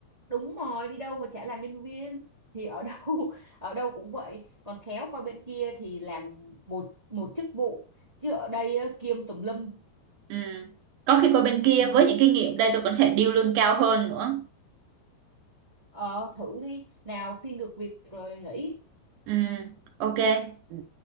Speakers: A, on the right; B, on the right.
A: đúng rồi đi đâu mà chả làm nhân viên thì ở đâu <laughs> ở đâu cũng vậy còn khéo qua bên kia thì làm một một chức vụ chứ ở đây á, kiêm tùm lum
B: Ừ. Có khi qua bên kia
A: ừ.
B: với những kinh nghiệm đây tôi còn có thể điêu lương cao hơn nữa.
A: ờ, thử đi nào xin được việc rồi nghỉ
B: Ừ, ok. Ừ,